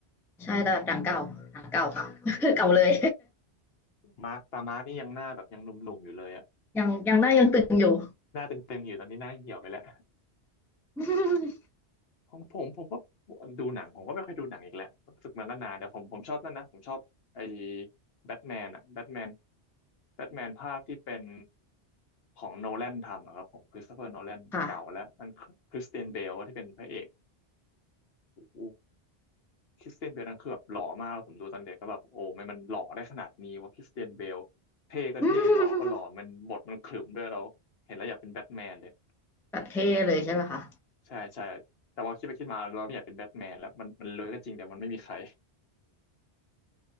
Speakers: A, in the centre; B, on the left.
A: ใช่แต่แบบหนังเก่าหนังเก่าค่ะ <laughs> เก่าเลย
B: มาร์คตามาร์คนี่ยังหน้าแบบยังหนุ่มๆอยู่เลยอะ
A: <laughs> ยังยังหน้ายังตึงอยู่
B: หน้าเตึงๆอยู่ตอนนี้หน้าเหี่ยวไปแล้ว
A: <laughs>
B: ของผมผมก็ดูหนังผมก็ไม่ค่อยดูหนังอีกแล้วรู้สึกมันก็นานแต่ผมผมชอบนั่นนะ ผมชอบไอ้แบทแมนอะแบทแมนแบทแมนภาคที่เป็นของโนแลนทำอะครับผมคริสโตเฟอร์โนแลนเก่าแล้วมันคริสเตียนเบลที่เป็นพระเอก
A: ค่ะ
B: โอ้โหคริสเตียนเบลนั่นคือแบบหล่อมากแล้วผมดูตอนเด็กก็แบบโอ้ไม่มันหล่อได้ขนาดนี้ว่าคริสเตียนเบลเท่ก็เท่หล่อก็หล่อมันบทมันขรึมด้วยเราเห็นแล้วอยากเป็นแบทแมนเลย
A: <laughs> แบบเท่เลยใช่ไหมคะ
B: ใช่ใช่แต่ว่าคิดไปคิดมาเราไม่อยากเป็นแบทแมนแล้วมันมันเลยก็จริงแต่มันไม่มีใคร